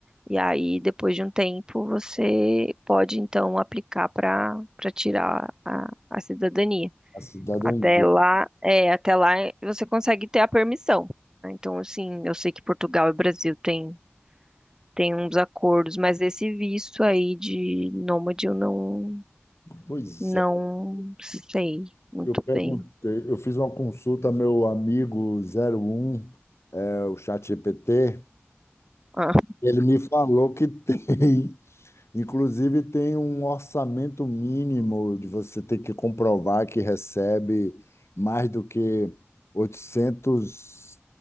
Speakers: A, on the right (about 15°); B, on the left (about 75°).
A: E aí, depois de um tempo, você pode então aplicar para para tirar a, a cidadania.
B: a cidadania.
A: Até lá, é, até lá você consegue ter a permissão. né? Então, assim, eu sei que Portugal e Brasil têm tem uns acordos, mas esse visto aí de nômade eu não
B: Pois
A: não
B: é,
A: sei muito
B: eu perguntei,
A: bem.
B: eu fiz uma consulta ao meu amigo zero um, é, o ChatGPT,
A: Ah.
B: ele me falou que <laughs> tem Inclusive, tem um orçamento mínimo de você ter que comprovar que recebe mais do que oitocentos